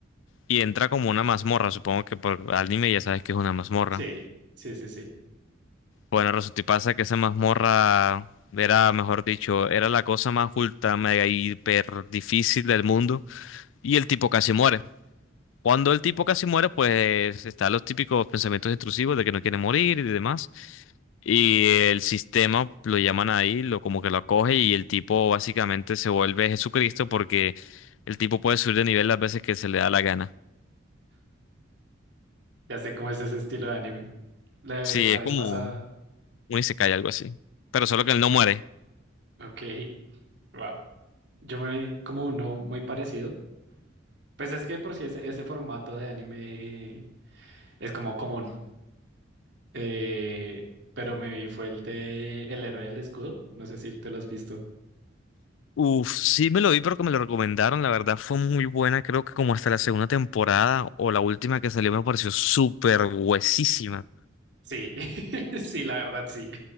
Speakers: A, on the left; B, on the right.
A: Y entra como una mazmorra, supongo que por anime ya sabes que es una mazmorra.
B: Sí, sí, sí, sí.
A: Bueno, resulta y pasa que esa mazmorra era, mejor dicho, era la cosa más ultra, mega, hiper difícil del mundo. Y el tipo casi muere. Cuando el tipo casi muere, pues están los típicos pensamientos intrusivos de que no quiere morir y demás. Y el sistema lo llaman ahí, lo como que lo acoge y el tipo básicamente se vuelve Jesucristo porque el tipo puede subir de nivel las veces que se le da la gana.
B: Ya sé cómo es ese estilo de anime. La,
A: Sí,
B: la
A: es
B: vez
A: como
B: pasada.
A: un un isekai, algo así. Pero solo que él no muere.
B: Ok. Wow. Yo me vi como uno muy parecido. Pues es que de por si ese, ese formato de anime es como común. Eh, pero me vi fue el de El héroe del escudo. No sé si te lo has visto.
A: Uf, sí me lo vi, pero que me lo recomendaron. La verdad fue muy buena. Creo que como hasta la segunda temporada o la última que salió me pareció súper huesísima.
B: Sí, <laughs> sí, la verdad sí.